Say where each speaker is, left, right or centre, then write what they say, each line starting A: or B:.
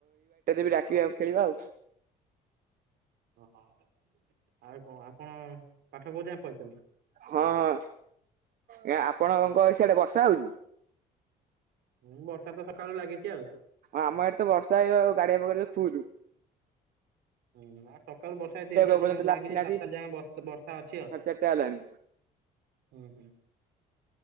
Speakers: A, on the right; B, on the right.
A: ଡାକିବି ଆ ଖେଳିବା ଆଉ।
B: <inaudible> ଓହୋ ଆଉ କଣ ଆପଣ ପାଠ କୋଉ ଯାଏଁ ପଢିଛନ୍ତି?
A: ହଁ ହଁ ଏ ଆପଣଙ୍କ ସିଆଡେ ବର୍ଷା ହଉଛି?
B: ହୁଁ ବର୍ଷା ତ ସକାଳୁ ଲାଗିଛି ଆଉ।
A: ଆମ ଆଡେ ତ ବର୍ଷା ହେଇ ଗାଡିଆ ପକର ଫୁଲୁ।
B: ହୁଁ କାଳୁ ବର୍ଷା ତିନି ଚାରି
A: ଏପର୍ଯ୍ୟନ୍ତ
B: ଦିନ
A: ହେଲେ
B: ଲାଗିଛି
A: ଆସିନାହାନ୍ତି।
B: ସାତ ଚାରି ଯାଏଁ ବ ବର୍ଷା ଅଛି ଆଉ।
A: ସାଢେ ଚାରିଟା ହେଲାଣି
B: ହୁଁ ହୁଁ।